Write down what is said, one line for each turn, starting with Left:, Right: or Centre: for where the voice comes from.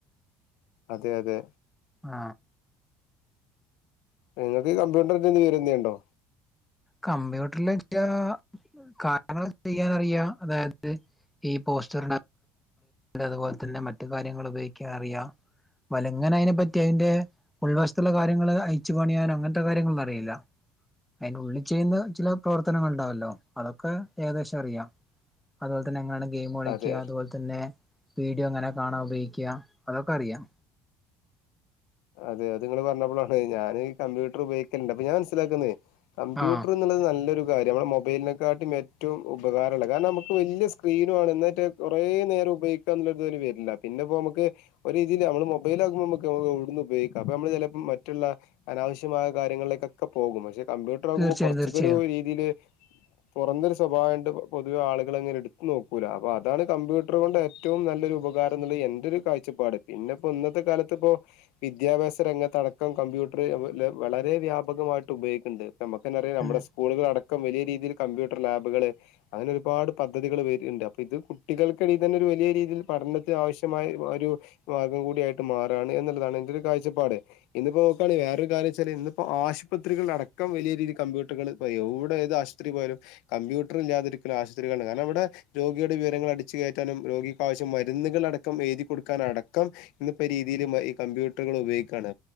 Left: അതെ അതെ
Centre: ആ
Left: നിങ്ങക്ക് കമ്പ്യൂട്ടറിന്ന് വിവരം എന്ത്ണ്ടോ
Centre: കമ്പ്യൂട്ടറിലൊക്കാ കാരണം ചെയ്യാനറിയാ അതായത് ഈ പോസ്റ്ററി അതുപോലെ തന്നെ മറ്റു കാര്യങ്ങൾ ഉപയോഗിക്കാ അറിയാം വല എങ്ങനെ അതിനെപ്പറ്റി അതിറെ ഉൾവശത്തുള്ള കാര്യങ്ങള് അയച്ചു പണിയാനും അങ്ങനത്തെ കാര്യങ്ങളന്ന അറിയില്ല അയിന്റുള്ളി ചെയ്യുന്ന ചില പ്രവർത്തനങ്ങള്ണ്ടാവല്ലോ അതൊക്കെ ഏകദേശം അറിയാം അതുപോലെ തന്നെ എങ്ങനാണ് ഗെയിമളിക്കാ
Left: അതെ
Centre: അതുപോൽത്തന്നെ വീഡിയോ എങ്ങനെ കാണാ ഉപയോഗിക്കാ അതൊക്കറിയാം.
Left: അതെ അത് നിങ്ങള് പറഞ്ഞപ്പളാട്ടോ ഞാന് ഈ കമ്പ്യൂട്ടർ ഉപയോഗിക്കൽണ്ട് പ്പ ഞാൻ മനസ്സിലാക്കുന്നേ കമ്പ്യൂട്ടർ
Centre: ആഹ്
Left: എന്നുള്ളത് നല്ലൊരു കാര്യ നമ്മടെ മൊബൈലിനെക്കാട്ടും ഏറ്റവും ഉപകാരള്ളെ കാരണമക്ക് വെല്ല്യ സ്ക്രീനുവാണ് എന്നിട്ട് കൊറേ നേരം ഉപയോഗിക്കാംന്നൊള്ളൊരിത് വരില്ല പിന്നെപ്പോമക്ക് ഒരു രീതിൽ നമ്മള് മൊബൈലാകുമ്പോ നമക്ക് <unintelligible> ഉപയോഗിക്കാം അപ്പ നമ്മള് ചെലപ്പം മറ്റുള്ള അനാവശ്യമായ കാര്യങ്ങളിലേക്കൊക്കെ പോകും പക്ഷെ കമ്പ്യൂട്ടർ ആകുമ്പോ
Centre: തീർച്ചയായും
Left: കൊറച്ചൊക്കെ
Centre: തീർച്ചയായും
Left: ഒരു രീതിയില് തുറന്നൊരു സ്വഭാവയൊണ്ട് പൊതുവെ ആളുകളങ്ങനെ എടുത്തു നോക്കൂല അപ്പോഅതാണ് കമ്പ്യൂട്ടർ കൊണ്ട് ഏറ്റവും നല്ലൊരു ഉപ വേറൊന്നുല്ല എന്റൊരു കാഴ്ചപ്പാട് പിന്നെപ്പോ ഇന്നത്തെ കാലത്തിപ്പോ വിദ്യാഭ്യാസ രംഗത്തടക്കം കമ്പ്യൂട്ടർ വളരെ വ്യാപകമായിട്ട് ഉപയോഗിക്ക്ണ്ട്. നമക്കെന്താറിയോ നമ്മടെ
Centre: ഉം
Left: സ്കൂളുകളടക്കം വലിയ രീതില് കമ്പ്യൂട്ടർ ലാബുകൾ അങ്ങനെരുപാട് പദ്ധതികൾ വര്ണ്ട് അപ്പിത് കുട്ടികൾക്കിതന്നൊരു വെലിയ രീതിൽ പഠനത്തിന് ആവശ്യമായ ഒരു മാർഗം കൂടിയായിട്ട് മാറാണ് എന്നുള്ളതാണ് അ ര് കാഴ്ചപ്പാട് ഇന്നിപ്പോ നോക്കാണെ വേറൊരു കാര്യച്ചാല് ഇന്നപ്പ ആശുപത്രികളടക്കം വെലിയ രീതിൽ കമ്പ്യൂട്ടറുകൾ പ്പ എവിടെ ഏത് ആശുപത്രി പോയാലും കമ്പ്യൂട്ടർ ഇല്ലാതിരിക്കുന്ന ആശുത്രികാണ് കാരണം അവിടെ രോഗിയുടെ വിവരങ്ങൾ അടി ച്ച് കേറ്റാനും രോഗിക്കാശ്യം മരുന്നുകളടക്കം എഴുതി കൊടുക്കാനടക്കം ഇന്നിപ്പോ രീതിൽ ഈ കമ്പ്യൂ ട്ടുകൾ ഉപയോഗിക്കാണ്